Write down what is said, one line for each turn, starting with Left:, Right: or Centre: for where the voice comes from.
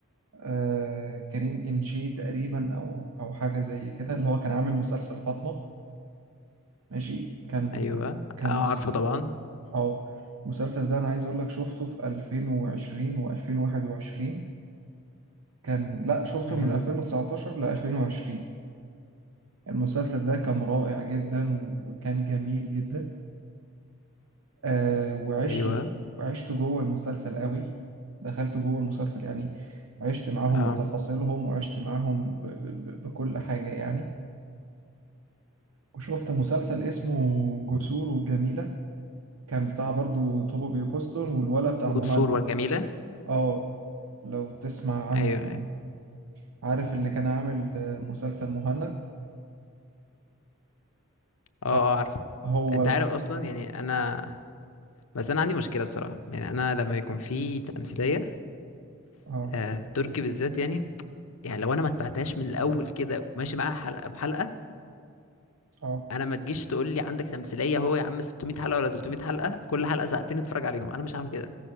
Right: آه كريم إنجي تقريبا أو أو حاجة زي كده اللي هو كان عامل مسلسل فاطمة ماشي كان
Left: ايوه
Right: كان
Left: اه
Right: مس-
Left: عارفه طبعا
Right: اه المسلسل ده انا عايز اقول لك شفته في 2020 و2021 كان لا شفته
Left: امم
Right: من 2019 ل 2020 المسلسل ده كان رائع جدا و- وكان جميل جدا آه وعشت
Left: ايوه
Right: جو... عشت جوه المسلسل قوي دخلت جوه المسلسل يعني عشت معاهم
Left: اه
Right: بتفاصيلهم وعشت معاهم ب... ب... ب- بكل حاجة يعني وشفت مسلسل اسمه جسور وجميلة كان بتاع برضو توبو بيوكوستون والولا بتاع
Left: جسور
Right: مهند
Left: والجميله
Right: اه لو تسمع عنه
Left: ايوه
Right: يعني
Left: ايوه
Right: عارف اللي كان عامل آه، مسلسل مهند
Left: اه
Right: آه،
Left: اه عارفه
Right: هو
Left: انت عارف اصلا يعني انا بس انا عندي مشكله الصراحه يعني انا لما يكون في تمثيليه
Right: اه
Left: آه، تركي بالذات يعني يعني لو انا ما اتبعتهاش من الاول كده وماشي معاها حلقه بحلقه
Right: اه
Left: انا ما تجيش تقول لي عندك تمثيليه هو يا عم 600 حلقه ولا 300 حلقه كل حلقه ساعتين اتفرج عليهم انا مش هعمل كده